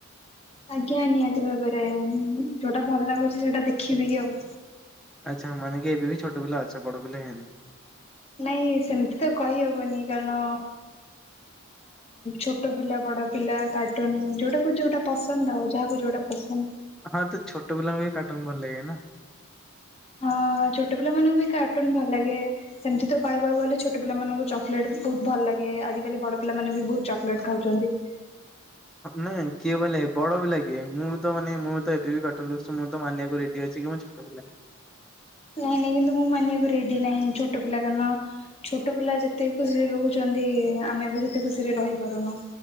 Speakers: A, on the left; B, in the centre.
A: ଆଜ୍ଞା ନିହାତି ଭାବରେ ଯଉଟା ଭଲ୍‌ ଲାଗୁଚି ସେଟା ଦେଖିବି କି ଆଉ।
B: ଆଚ୍ଛା, ମାନେ କି ଏବେ ବି ଛୋଟ ପିଲା ଅଛ, ବଡ଼ ପିଲା ହେ-ନ।
A: ନାଇଁ, ସେମ୍ତି ତ କହି ହବନି କାର୍ଣ ଛୋଟ ପିଲା ବଡ଼ ପିଲା କାଟୁନ୍‌ ଯଉଟାକୁ ଯଉଟା ପସନ୍ଦ୍ ଆଉ ଯାହାକୁ ଯଉଟା ପସନ୍ଦ୍।
B: ହଁ, ତ ଛୋଟ ପିଲାଙ୍କୁ ବି କଟୁନ୍‌ ଭଲ୍ ଲାଗେ ନା।
A: ହଁ, ଛୋଟ ପିଲା ମାନଙ୍କୁ ବି କାଟୁନ୍‌ ଭଲ୍ ଲାଗେ। ସେମିତି ତ କହିବାକୁ ଗଲେ ଛୋଟ ପିଲାମାନଙ୍କୁ ଚକ୍ଲେଟ୍ ବହୁତ୍ ଭଲ୍‌ ଲାଗେ, ଆଜିକାଲି ବଡ଼ ପିଲାମାନେ ବି ବହୁତ୍ ଚକ୍ଲେଟ୍ ଖାଉଚନ୍ତି।
B: ନା କିଏ କହିଲା କି ବଡ଼ ପିଲା କିଏ, ମୁଁ ତ ମାନେ ମୁଁ ତ ଏବେ ବି କାଟୁନ୍ ଦେଖୁଚି। ମୁଁ ତ ମାନିବାକୁ ରେଡ଼ି ଅଛି କି <inaudible>
A: ନାଇଁ ନାଇଁ କିନ୍ତୁ ମୁଁ ମାନିବାକୁ ରେଡ଼ି ନାହିଁ। ଛୋଟ ପିଲା ଛୋଟ ପିଲା ଯେତେ ଖୁସିରେ ରହୁଚନ୍ତି, ଆମେ ବି ସେତେ ଖୁସିରେ ରହିପାରୁନୁ।